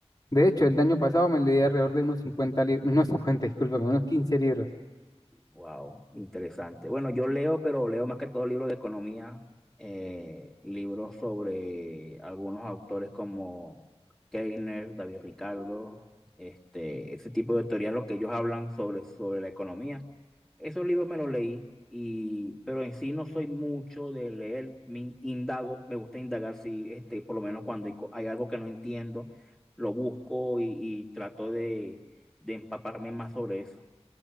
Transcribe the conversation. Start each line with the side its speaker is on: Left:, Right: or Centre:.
Left: De hecho, el año pasado me leí alrededor de unos 50 libros, <laughs> unos 50 discúlpame, unos 15 libros.
Centre: Wow, interesante. Bueno, yo leo, pero leo más que todo libros de economía, eh, libros sobre algunos autores como Keiner, David Ricardo, este, ese tipo de teorías, lo que ellos hablan sobre, sobre la economía. Esos libros me los leí, y, pero en sí no soy mucho de leer, me in- indago, me gusta indagar si, este, por lo menos cuando hay, co- hay algo que no entiendo, lo busco y, y trato de, de empaparme más sobre eso.